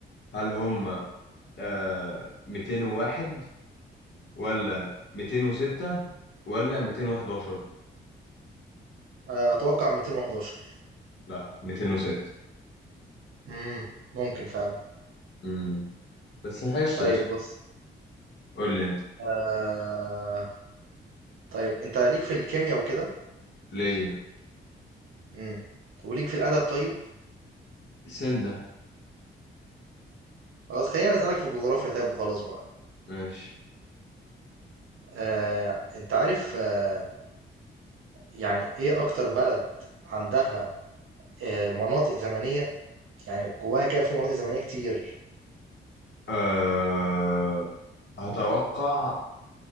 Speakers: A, on the left; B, on the right.
A: هل هم آه 201 ولا 206 ولا 211
B: آه، اتوقع 211
A: لا 206
B: امم ممكن فعلا
A: امم بس حشت
B: طيب
A: قشطة
B: بص
A: قول لي انت
B: آه... طيب انت ليك في الكيمياء وكده
A: ليه
B: امم وليك في الادب طيب
A: سنة
B: خلاص خلينا اسالك في الجغرافيا طيب وخلاص بقى
A: ماشي
B: آه... انت عارف آه... يعني إيه أكتر بلد عندها آه، مناطق زمنية يعني جواها كده في مناطق زمنية كتير
A: آه هتوقع